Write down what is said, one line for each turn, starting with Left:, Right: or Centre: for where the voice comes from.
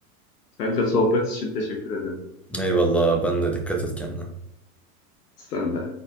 Left: Kanka sohbet için teşekkür ederim.
Centre: Eyvallah ben de dikkat et kendine.
Left: Sen de.